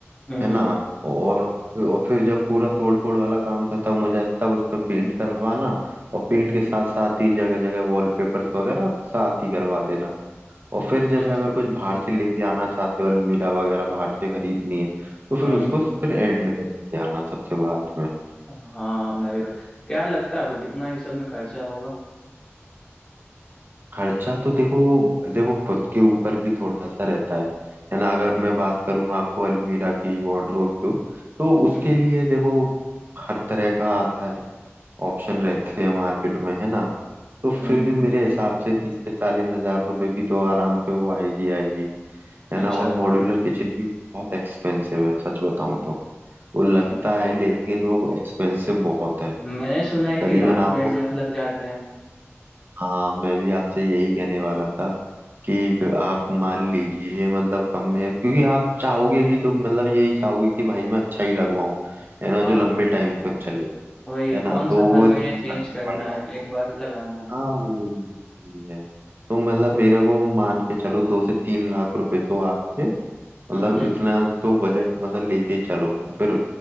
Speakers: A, on the left; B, on the right.
A: हम्म
B: है ना
A: हम्म हम्म।
B: और और फिर जब पूरा तोड़ फोड़ वाला काम खत्म हो जाए तब उसमें पेंट करवाना और पेंट के साथ साथ ही जगह जगह वॉलपेपर्स वगैरह साथ ही करवा देना और फिर जैसे
A: अच्छा
B: अगर
A: अच्छा
B: कुछ बाहर से लेके आना चाहते हो अलमीरा वगैरह बाहर से खरीदनी है तो फिर
A: हम्म
B: उसको
A: हम्म।
B: स- फिर एंड में लेके आना सबसे बाद में
A: हाँ मैं भी क्या लगता है आपको कितना इस सब में खर्चा होगा
B: खर्चा तो देखो देखो खुद के ऊपर भी थोड़ा सा रहता है है ना अगर
A: हम्म
B: मैं बात करूँ आपको अलमीरा की वार्डरोब की तो उसके
A: हम्म
B: लिए देखो हर तरह का आता है ऑप्शन रहते हैं मार्केट में है ना तो फिर
A: हम्म हम्म।
B: भी मेरे हिसाब से तीस से चालीस हजार रुपए की तो आराम से वो आएगी आएगी है
A: अच्छा
B: ना और
A: अच्छा
B: मॉड्यूलर किचन भी बहुत एक्सपेंसिव है सच बताऊं तो वो लगता
A: अच्छा अच्छा
B: है लेकिन वो एक्सपेंसिव बहुत है
A: मैंने सुना है
B: करीबन
A: कि लाख
B: आपको
A: डेढ़ लाख लग जाते हैं
B: हाँ मैं भी आपसे यही कहने वाला था कि आप मान लीजिए मतलब कम में क्योंकि आप चाहोगे भी तो मतलब यही चाहोगे कि भाई मैं अच्छा ही लगवाऊं है ना
A: हाँ
B: जो लंबे टाइम तक चले
A: वही
B: है ना
A: कौन
B: तो
A: सा हर
B: वो इतना
A: महीने चेंज
B: खर्चा
A: करना
B: पड़ जाता
A: है एक
B: है
A: बार लगाना है
B: हाँ वो भी है तो मतलब मेरे को मान के चलो दो से तीन लाख रुपए तो आपके मतलब
A: हम्म हम्म
B: इतना तो बजट मतलब लेके चलो फिर